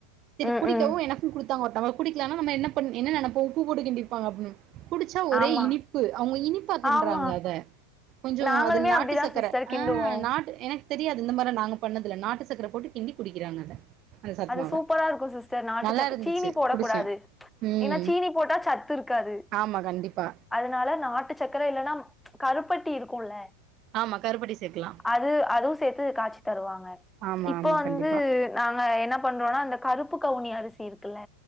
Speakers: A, on the right; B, in the centre.
A: சேரி
B: ம்
A: குடிக்கவும்
B: ம்.
A: எனக்கும் குடுத் ஒருத்தங்க ஒருத்தருக்கு குடிக்கலன்னா நம்ம என்ன பண்ண என்ன நெனைப்போம் உப்பு போடுக் கிண்டிருப்பாங்க அப்டின்னு குடிச்சா ஒரே
B: ஆமா.
A: இனிப்பு அவுங்க இனிப்பா கின்ட்றாங்க
B: ஆமா.
A: அத கொஞ்சோ
B: நாங்களுமே
A: அதுல நாட்டு
B: அப்டிதான்
A: சக்கரை
B: சிஸ்டர் கிண்டுவோம்.
A: ஆன் நாட்டு எனக் தெரியாது இந்த மாரிலாம் நாங்க பண்ணதுல்ல நாட்டு சக்கர போட்டு கிண்டி குடிக்கிறாங்க அத அந்த சத்துமாவ
B: அது சூப்பரா இருக்கும் சிஸ் ஸ்டர் நாட்டு
A: நல்லா
B: சக்
A: இருந்துச்சு
B: சீனி போடக்கூடாது
A: குடிச்சே
B: ப்ச்
A: ம்
B: ஏன்னா சீனி போட்டா சத்துருக்காது
A: ஆமா கண்டிப்பா
B: அதனால நாட்டு சக்கர இல்லன்னா கருப் ப்பட்டி இருக்குல
A: ஆமா கருப்பட்டி சேக்கலா
B: அது அதுவும் சேத்து காச்சி தருவாங்க
A: ஆமா
B: இப்போ
A: ஆமா
B: வந்து
A: கண்டிப்பா
B: நாங்க என்ன ஆனா அந்த கருப்பு கவுனி அரிசி இருக்குல்ல